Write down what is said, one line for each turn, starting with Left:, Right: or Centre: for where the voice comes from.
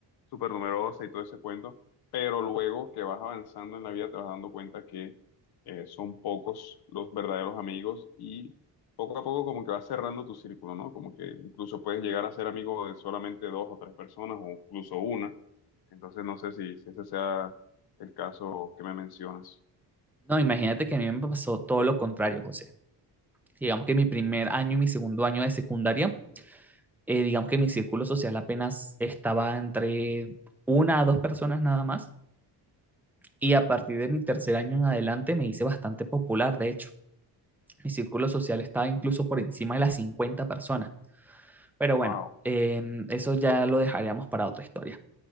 Left: súper numerosa y todo ese cuento, pero luego que vas avanzando en la vida te vas dando cuenta que eh, son pocos los verdaderos amigos y poco a poco como que vas cerrando tu círculo, ¿no? Como que incluso puedes llegar a ser amigo de solamente dos o tres personas o incluso una. Entonces no sé si, si ese sea el caso que me mencionas.
Centre: No, imagínate que a mí me pasó todo lo contrario, José. Digamos que mi primer año y mi segundo año de secundaria eh, digamos que mi círculo social apenas estaba entre una a dos personas nada más. Y a partir de mi tercer año en adelante me hice bastante popular, de hecho. Mi círculo social estaba incluso por encima de las 50 personas. Pero
Left: Wow.
Centre: bueno, eh, eso ya lo dejaríamos para otra historia.